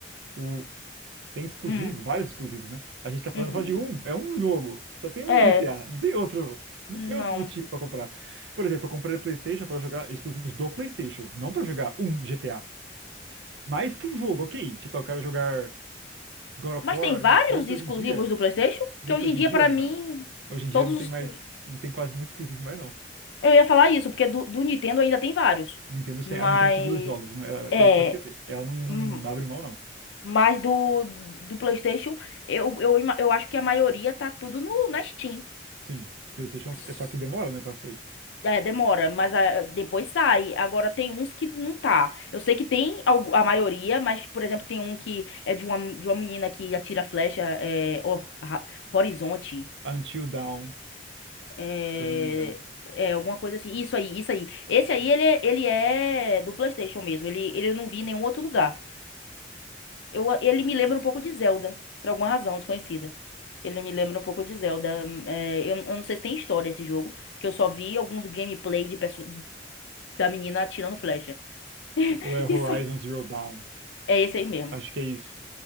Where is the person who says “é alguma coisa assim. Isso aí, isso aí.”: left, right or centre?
Left